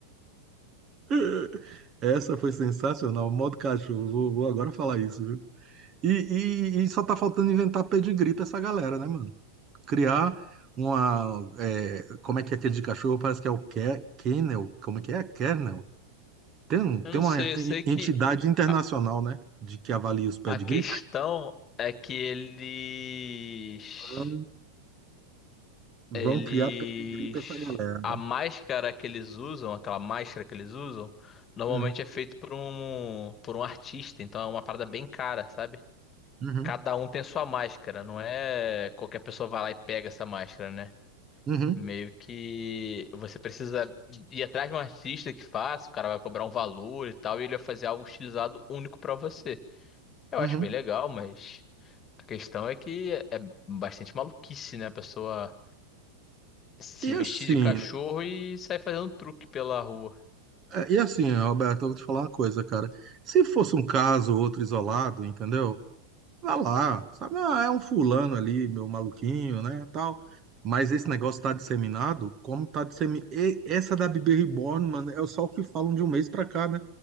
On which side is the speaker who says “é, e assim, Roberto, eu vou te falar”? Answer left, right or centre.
Right